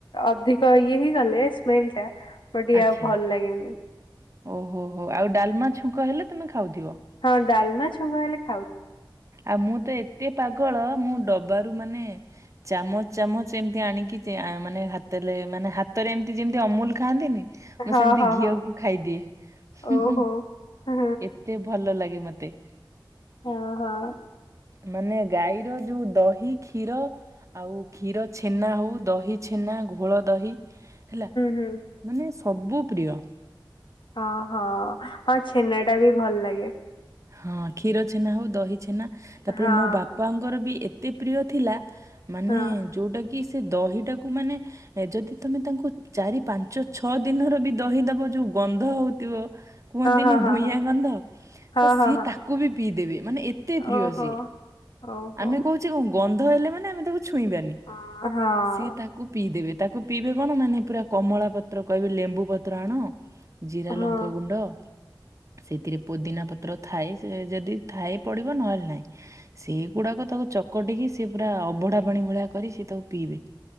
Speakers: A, on the left; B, on the right.
A: ଅଧିକ ଇଏ ହେଇଗଲେ ସ୍ମେଲ ଟା ତ ଟିକେ
B: ଆଚ୍ଛା।
A: ଆଉ ଭଲ ଲାଗେନି।
B: ଓହୋ ହୋ ଆଉ ଡାଲମା ଛୁଙ୍କ ହେଲେ ତମେ ଖାଉଥିବ?
A: ହଁ ଡାଲମା ଛୁଙ୍କ ହେଲେ ଖାଉ।
B: ଆଉ ମୁଁ ତ ଏତେ ପାଗଳ ମୁଁ ଡବାରୁ ମାନେ ଚାମଚ ଚାମଚ ଏମିତି ଆଣିକି ଯେ ଆଁ ମାନେ ହାତରେ ଲେ ମାନେ ହାତରେ ଏମିତି ଯେମିତି ଅମୁଲ ଖାଆନ୍ତିନି ମୁଁ
A: ହଁ
B: ସେମିତି
A: ହଁ
B: ଘିଅକୁ
A: ହଁ
B: ଖାଇଦିଏ। ହୁଁହୁଁ।
A: ଓହୋ ହଁ
B: ଏତେ ଭଲ ଲାଗେ ମତେ।
A: ଓହୋ।
B: ମାନେ ଗାଈର ଯୋଉ ଦହି, କ୍ଷୀର ଆଉ କ୍ଷୀର ଛେନା ହଉ, ଦହି ଛେନା, ଗୋ ଘୋଳ ଦହି, ହେଲା।
A: ହୁଁ
B: ମାନେ ସବୁ ପ୍ରିୟ।
A: ଓହୋ ହଁ ଛେନା ଟା ବି ଭଲ ଲାଗେ।
B: ହଁ କ୍ଷୀର ଛେନା ହଉ, ଦହି ଛେନା ତାପରେ
A: ହଁ।
B: ମୋ ବାପାଙ୍କର ବି ଏତେ ପ୍ରିୟ ଥିଲା ମାନେ
A: ହଁ
B: ଯୋଉଟା କି ସେ ଦହିଟାକୁ ମାନେ--ଏ ଯଦି ତମେ ତାଙ୍କୁ ଚାରି ପାଞ୍ଚ ଛଅ ଦିନର ବି ଦହି ଦବ ଯୋଉ ଗନ୍ଧ ହୋଉଥିବ କୁହନ୍ତିନି
A: ହଁ ହଁ
B: ଭୂଇଆଁ
A: ହଁ
B: ଗନ୍ଧ
A: ହଁ
B: ତ ସିଏ
A: ହଁ ହଁ ହଁ
B: ତାକୁ ବି ପିଇଦେବେ ମାନେ ଏତେ ପ୍ରିୟ
A: ଓହୋ
B: ସିଏ।
A: ଓହୋ।
B: ଆମେ କହୁଚେ କଣ ଗନ୍ଧ ହେଲେ ମାନେ ଆମେ ତାକୁ ଛୁଇଁବାନି।
A: ହଁ ହଁ
B: ସିଏ ତା କୁ ପିଇଦବେ ତାକୁ ପିଇବେ କଣ ମାନେ ପୁରା କମଳା ପତ୍ର କହିବେ ଲେମ୍ବୁ ପତ୍ର ଆଣ। ଜିରା
A: ହଁ
B: ଲଙ୍କାଗୁଣ୍ଡ ସେଥିରେ ପୋଦିନା ପତ୍ର ଥାଏ ସେ ଯଦି ଥାଏ ପଡିବ ନହେଲେ ନାଇଁ। ସେମ୍ ଗୁଡାକ ତାକୁ ଚକଟିକି ସେଏ ପୁରା ଅଭଢା ପାଣି ଭଳିଆ କରି ସିଏ ତାକୁ ପିଇବେ।